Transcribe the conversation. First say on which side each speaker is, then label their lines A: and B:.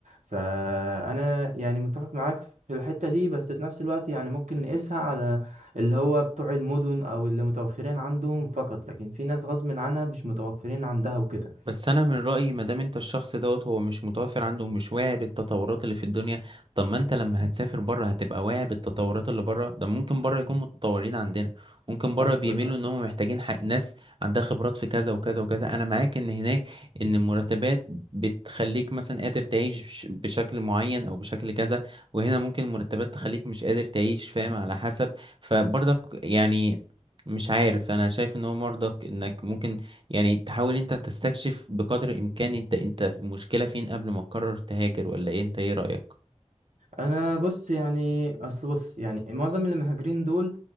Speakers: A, on the right; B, on the right.
A: فانا يعني متفق معاك في الحتة دي بس في نفس الوقت يعني ممكن نقيسها على اللي هو بتوع المدن او اللي متوفرين عندهم فقط لكن في ناس غصب عنها مش متوفرين عندها وكده
B: بس انا من رايي ما دام انت الشخص دوت هو مش متوفر عنده ومش واعي بالتطورات اللي في الدنيا طب ما انت لما هتسافر بره هتبقى واعي بالتطورات اللي بره ده ممكن بره يكون متطورين عندنا ممكن بره
A: اصل
B: بيميلوا ان هم محتاجين حق ناس عندها خبرات في كذا وكذا وكذا انا معاك ان هناك ان المرتبات بتخليك مثلا قادر تعيش بش- بشكل معين او بشكل كذا وهنا ممكن المرتبات تخليك مش قادر تعيش فاهم على حسب فبرضك يعني مش عارف انا شايف ان هو مرضك انك ممكن يعني تحاول انت تستكشف بقدر الامكان انت انت المشكلة فين قبل ما تقرر تهاجر ولا ايه انت ايه رأيك
A: انا بص يعني اصل بص يعني معظم اللي مهاجرين دول